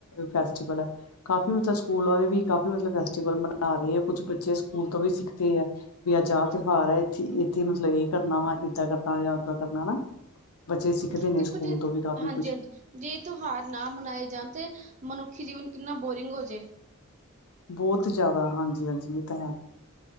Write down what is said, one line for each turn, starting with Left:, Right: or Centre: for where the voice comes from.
Left: ਫੈਸਟੀਵਲ ਐ, ਕਾਫੀ ਮਤਲਬ ਸਕੂਲ ਵਾਲੇ ਵੀ ਕਾਫੀ ਮਤਲਬ ਫੇ ਟੀਵਲ ਮਨਾ ਰਹੇ ਆ ਕੁਛ ਬੱਚੇ ਸਕੂਲ ਤੋਂ ਵੀ ਸਿੱਖਦੇ ਆ ਵੀ ਅੱਜ ਆਹ ਤਿਉਹਾਰ ਐ। ਇੱਥੇ ਮਤਲਬ ਇਹ ਕਰਨਾ ਵਾ, ਏਦਾਂ ਕਰਨਾ ਜਾਂ ਓਦਾਂ ਕਰਨਾ ਹਨਾਂ। ਬੱਚੇ ਸਿੱਖਦੇ ਨੇ
Right: ਦੇਖੋ
Left: ਸਕੂਲ
Right: ਜੇ
Left: ਤੋਂ ਵੀ ਕਾਫੀ
Right: ਹਾਂਜੀ
Left: ਕੁਛ
Right: ਹਾਂਜੀ ਜੇ ਇਹ ਤਿਉਹਾਰ ਨਾ ਮਨਾਏ ਜਾਣ ਤੇ ਮਨੁੱਖੀ ਜੀਵਨ ਕਿੰਨਾ ਬੋਰਿੰਗ ਹੋ ਜੇ।
Left: ਬੋਤ ਜ਼ਿਆਦਾ ਹਾਂਜੀ ਹਾਂਜੀ, ਇਹ ਤਾਂ ਹੈ।